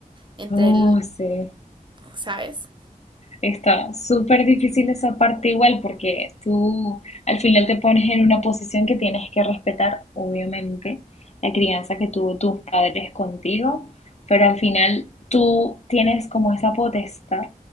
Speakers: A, on the right (about 30°); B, on the left (about 50°).
A: entre
B: Uh,
A: él,
B: sí.
A: ¿sabes?
B: Está súper difícil esa parte igual porque tú al final te pones en una posición que tienes que respetar, obviamente, la crianza que tuvo tus padres contigo, pero al final tú tienes como esa potestad